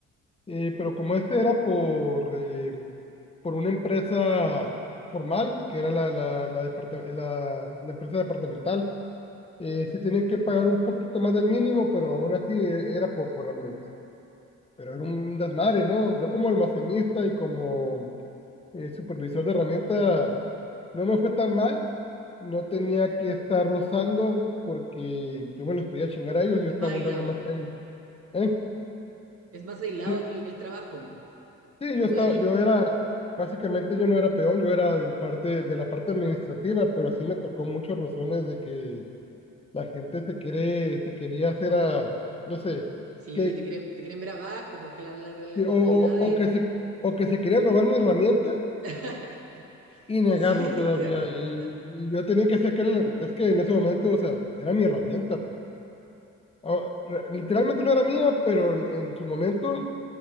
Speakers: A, on the left; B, on the right.
A: eh, pero como este era por, eh, por una empresa formal, que era la, la, la departe- la- la empresa departamental, Eh, sí tenían que pagar un poquito más del mínimo, pero aún así eh, era poco realmente. Pero era un desmadre, ¿no? Yo como almacenista y como eh, supervisor de herramienta no me fue tan mal. No tenía que estar rozando porque yo me los podía chingar a ellos, yo
B: Es
A: estaba
B: más aislado.
A: un rango más que ellos. ¿eh?
B: Es más aislado
A: Yo-
B: el el trabajo.
A: Sí,
B: Igual,
A: yo estaba, yo era, básicamente yo no era peón, yo era del parte, de la parte administrativa, pero sí me tocó muchos rozones de que la gente se quiere, se quería hacer a, no sé
B: sí,
A: que
B: te quieren, te quieren ver abajo, pues que la, la, real-
A: Sí,
B: la
A: O,
B: realidad
A: o-
B: es,
A: o que se, o que se querían robar mi herramienta
B: <laughs>
A: y negarlo
B: sí,
A: todavía.
B: tu herramienta.
A: Y, y yo tenía que sacar, el- es que en ese momento, o sea, era mi herramienta, pues. Ah, re- literalmente no era mía, pero en, en su momento,